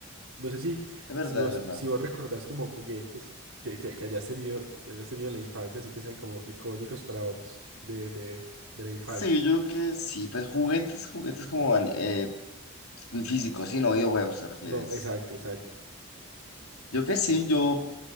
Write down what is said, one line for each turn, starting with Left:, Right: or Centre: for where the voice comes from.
Right: No sé si,
Left: Es verdad,
Right: si vos,
Left: es verdad.
Right: si vos recordás como juguetes que, que, que hayas tenido, que hayas tenido en la infancia, así que sean como icónicos para vos de, de, de la infancia.
Left: Sí, yo creo que sí, pues juguetes, juguetes como van, eh, físicos, sí, no videojuegos, ¿te refieres?
Right: No, exacto, exacto.
Left: Yo que sí, yo